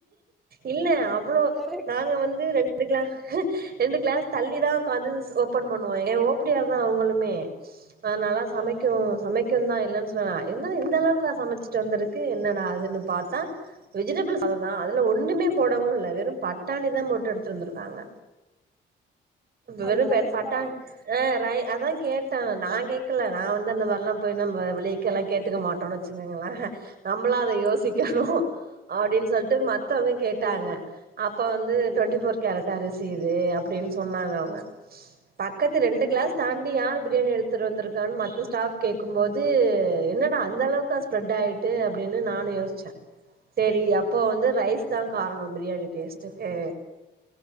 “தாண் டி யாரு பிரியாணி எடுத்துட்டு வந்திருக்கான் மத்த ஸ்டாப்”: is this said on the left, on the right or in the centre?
Right